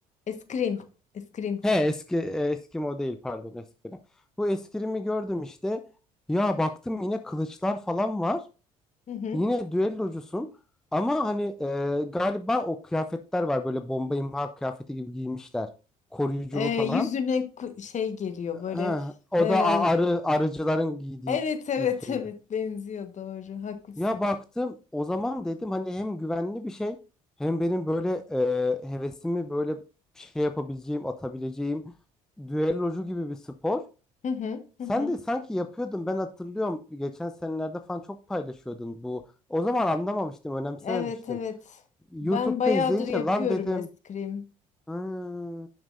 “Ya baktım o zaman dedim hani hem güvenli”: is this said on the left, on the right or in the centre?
Centre